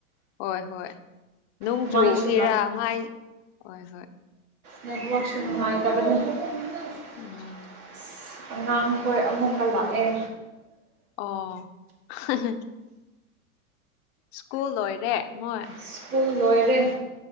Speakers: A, on the left; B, on the right.
A: ꯍꯣꯏ ꯍꯣꯏ ꯅꯣꯡ
B: ꯃꯃꯥꯏꯁꯨ
A: ꯆꯨꯕꯒꯤꯔ ꯃꯥꯏ ꯍꯣꯏ ꯍꯣꯏ
B: ꯅꯦꯠꯋꯥꯔꯛꯁꯨ
A: ꯑꯣꯏꯈ꯭ꯔꯦ
B: ꯅꯨꯡꯉꯥꯏ ꯇꯕꯅꯤ <unintelligible>
A: ꯎꯝ
B: ꯑꯉꯥꯡꯈꯣꯏ ꯑꯃꯨꯛꯀ ꯂꯥꯛꯑꯦ
A: ꯑꯣ <unintelligible> ꯁ꯭ꯀꯨꯜ ꯂ‌ꯣꯏꯔꯦ ꯃꯣꯏ
B: ꯁ꯭ꯀꯨꯜ ꯂꯣꯏꯔꯦ